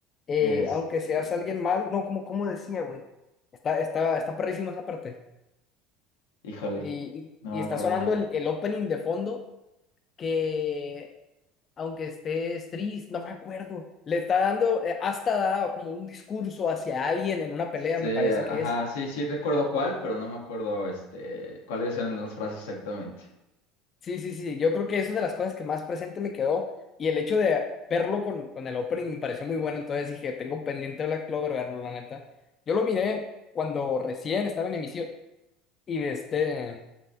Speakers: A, on the left; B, on the left.
A: eh,
B: Es,
A: aunque seas
B: eh,
A: alguien mal, no, como, como decía, güey. Está, está, está perrísima esa parte.
B: híjole,
A: Y,
B: no
A: y,
B: me
A: y está
B: acuerdo
A: sonando
B: bien.
A: el, el opening de fondo que, aunque estés triste, no me acuerdo, le está dando, eh, hasta da como un discurso hacia alguien en una pelea,
B: Sí,
A: me parece que
B: ajá,
A: es.
B: sí, sí recuerdo cuál, pero no me acuerdo este cuáles eran las frases exactamente.
A: Sí, sí, sí, yo creo que eso es de las cosas que más presente me quedó y el hecho de verlo con, con el opening me pareció muy bueno, entonces dije, tengo pendiente Black Clover verlo, la neta. Yo lo miré cuando recién estaba en emisión y de este